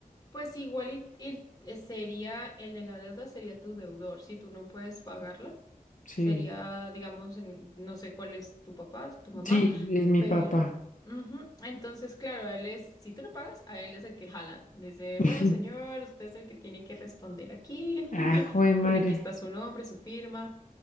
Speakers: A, on the left; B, on the left.
A: Pues igual y, y sería el de la deuda, sería tu deudor. Si tú no puedes pagarla,
B: Sí,
A: sería, digamos, en- no sé cuál es tu papá, si tu mamá,
B: sí, es mi
A: pero...
B: papá.
A: ujú. Entonces, claro, a él es, si tú no pagas, a él es el que jalan. Dice,
B: <laughs>
A: bueno, señor, usted es el que tiene que responder aquí,
B: Ah,
A: <laughs>
B: joder, madre.
A: porque aquí está su nombre, su firma.